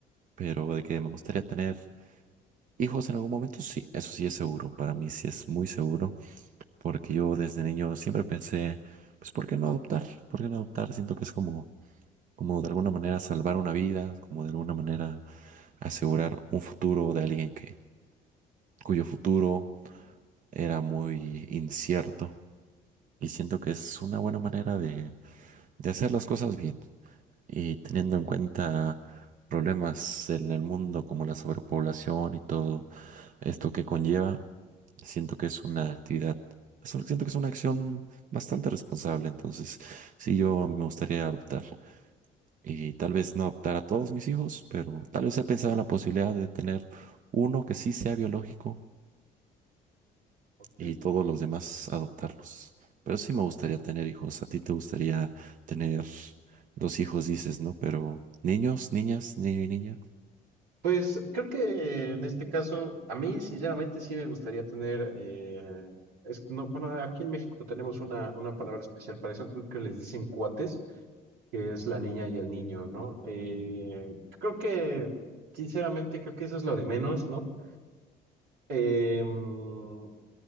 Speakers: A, on the right (about 50°); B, on the right (about 85°).
A: pero de que me gustaría tener hijos en algún momento, sí, eso sí es seguro. Para mí sí es muy seguro, porque yo desde niño siempre pensé, pues, ¿por qué no adoptar? ¿Por qué no adoptar? Siento que es como, como de alguna manera salvar una vida, como de alguna manera asegurar un futuro de alguien que, cuyo futuro era muy incierto. Y siento que es una buena manera de de hacer las cosas bien y teniendo en cuenta problemas en el mundo como la sobrepoblación y todo esto que conlleva, siento que es una actividad, es un- siento que es una acción bastante responsable, entonces sí, yo me gustaría adoptar y tal vez no adoptar a todos mis hijos, pero tal vez he pensado en la posibilidad de tener uno que sí sea biológico
B: Ok.
A: y todos los demás adoptarlos. Pero sí me gustaría tener hijos. A ti te gustaría tener dos hijos, dices, ¿no? Pero niños, niñas, niño y niña.
B: Pues creo que en este caso, a mí sinceramente sí me gustaría tener, eh, es, no, bueno, aquí en México tenemos una, una palabra especial para eso, creo que les dicen cuates, que es la niña y el niño, ¿no? Eh, creo que, sinceramente, creo que eso es lo de menos, ¿no? Em,